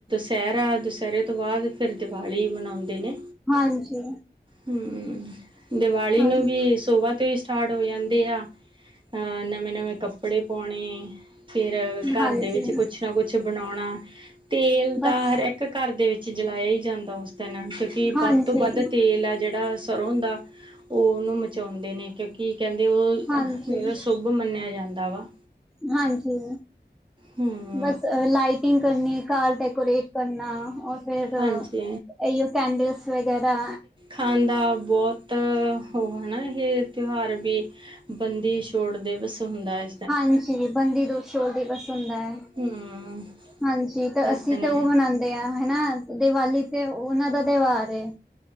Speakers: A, on the right; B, in the centre.
A: ਦੁਸਹਿਰਾ, ਦੁਸਹਿਰੇ ਤੋ ਬਾਅਦ ਫਿਰ ਦੀਵਾਲੀ ਮਨਾਉਂਦੇ ਨੇ।
B: ਹਾਂਜੀ
A: ਹਮਮ, ਦੀਵਾਲੀ
B: ਹਾਂ
A: ਨੂੰ ਵੀ ਇਹ ਸੋਬਾ ਤੇ ਸਟਾਰਟ ਹੋ ਜਾਂਦੇ ਆ। ਅ ਨਵੇਂ ਨਵੇਂ ਕੱਪੜੇ ਪਾਉਣੇ ਫਿਰ ਘਰ
B: ਹਾਂਜੀ
A: ਦੇ ਵਿੱਚ ਕੁਛ ਨਾ ਕੁਛ ਬਣਾਉਣਾ, ਤੇਲ
B: ਬਸ
A: ਤਾਂ ਹਰੇ ਕ ਘਰ ਦੇ ਵਿੱਚ ਜਲਾਇਆ ਹੀ ਜਾਂਦਾ ਉਸ ਦਿਨ, ਕਿਉਂਕਿ
B: ਹਾਂਜੀ
A: ਵੱਧ ਤੋਂ ਵੱਧ ਤੇਲ ਆ ਜਿਹੜਾ ਸਰ੍ਹੋਂ ਦਾ ਉਹ ਉਹਨੂੰ ਮਚਾਉਂਦੇ ਨੇ, ਕਿਉਂਕਿ ਕਹਿੰਦੇ ਉਹ
B: ਹਾਂਜੀ
A: ਜੇਰਾ ਸੁਭ ਮੰਨਿਆ ਜਾਂਦਾ ਵਾ।
B: ਹਾਂਜੀ।
A: ਹੂੰ।
B: ਬਸ ਲਾਈਟਿੰਗ ਕਰਨੀ, ਘਰ ਡੈਕੋਰੇਟ ਕਰਨਾ ਰ ਫਿਰ
A: ਹਾਂਜੀ
B: ਅਇਓ ਕੈੈਂਡੀਸ ਵਗੈਰਾ
A: ਖਣ ਦਾ ਬੋਤ ਓ ਹਨਾ ਇਹ ਤਿਉਹਾਰ ਵੀ ਬੰਦੀ ਛੋੜ ਦਿਵਸ ਹੁੰਦਾ ਐ।
B: ਹਾਂਜੀ ਦੋ ਬੰਦੀ ਛੋੜ ਦਿਵਸ ਹੁੰਦਾ ਐ।
A: ਹੂੰ
B: ਹਾਂਜੀ ਤਾਂ ਅਸੀਂ
A: ਇਸ ਦਿਨ
B: ਤੇ ਓ ਮਨਾ ਦੇ ਆ ਹਨਾ ਦੀਵਾਲੀ 'ਤੇ ਉਨਾਂ ਦਾ ਤਿਉਹਾਰ ਏ।